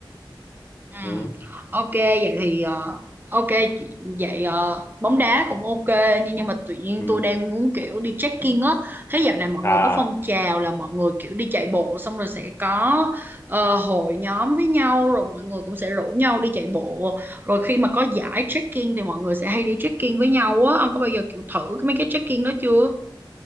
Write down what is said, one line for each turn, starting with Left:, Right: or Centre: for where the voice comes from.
Right: Ừ.
Left: ừ.
Right: Ok vậy thì ờ, ok chị- vậy ờ, bóng đá cũng ok nhưng nhưng mà tự nhiên
Left: Ừ.
Right: tôi đang muốn kiểu đi trekking á thế dạo này mọi
Left: À,
Right: người có phong trào là mọi người kiểu đi chạy bộ xong rồi sẽ có ờ, hội nhóm với nhau rồi mọi người cũng sẽ rủ nhau đi chạy bộ rồi khi mà có giải trekking thì mọi người sẽ hay đi trekking với nhau á ông có bao giờ kiểu thử mấy cái trekking đó chưa